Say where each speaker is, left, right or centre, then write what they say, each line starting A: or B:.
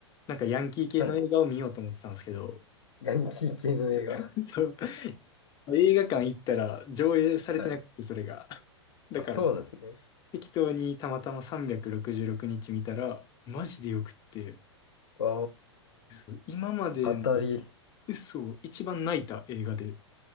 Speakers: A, on the left; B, on the left.
A: なんかヤンキー系の映画を見ようと思ってたんですけど、
B: はい。ヤンキー系の映画。
A: <laughs>
B: <laughs>
A: そう、映画館行ったら上映されてなくて、
B: はい。
A: それが。<laughs> だから、
B: あ、そうなんですね。
A: 適当にたまたま366日見たら、マジでよくって、
B: あ
A: そう、今までの
B: あ、当たり。
A: 嘘、一番泣いた映画で、